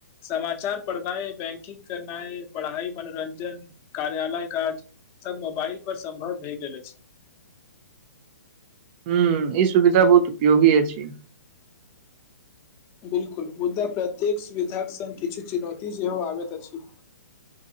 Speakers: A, on the left (about 25°); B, on the right (about 35°).
A: समाचार पढ़नाइ बैंकिंग करनाइ पढ़ाई मनोरंजन कार्यालय काज सब मोबाइल पर सम्भव भए गेल अछि
B: हूँ ई सुविधा बहुत उपयोगी अछि
A: बिल्कुल मुदा प्रत्येक सुविधाक सङ्ग किछु चुनौती सेहो आबैत अछि